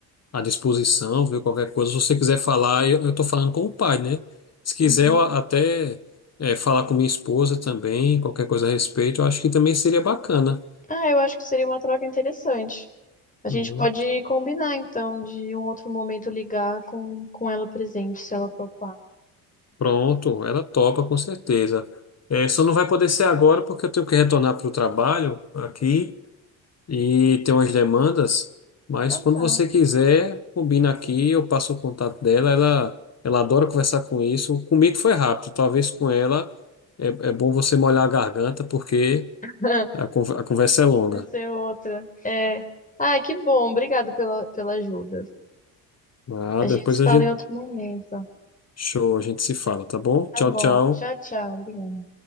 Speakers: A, on the left; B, on the left.
A: à disposição, viu? Qualquer coisa, se você quiser falar, eu, eu tô falando com o pai, né? Se quiser
B: Uhum.
A: eu a- até eh, falar com minha esposa também, qualquer coisa a respeito, eu acho que também seria bacana.
B: Ah, eu acho que seria uma troca interessante. A gente
A: Uhum.
B: pode combinar, então, de um outro momento ligar com, com ela presente, se ela topar.
A: Pronto, ela topa com certeza. Eh, só não vai poder ser agora porque eu tenho que retornar para o trabalho aqui. e tem umas demandas, mas
B: Então
A: quando
B: tá.
A: você quiser, combina aqui, eu passo o contato dela, ela, ela adora conversar com isso. Comigo foi rápido, talvez com ela é, é bom você molhar a garganta, porque
B: <laughs>
A: a, con- a conversa é longa.
B: Vai ser outra. É. Ai, que bom. Obrigada pela, pela ajuda.
A: Ah,
B: A
A: depois
B: gente se
A: a
B: fala
A: gente,
B: em outro momento.
A: show, a gente se fala, tá bom?
B: Tá
A: Tchau,
B: bom.
A: tchau.
B: Tchau, tchau. Obrigada.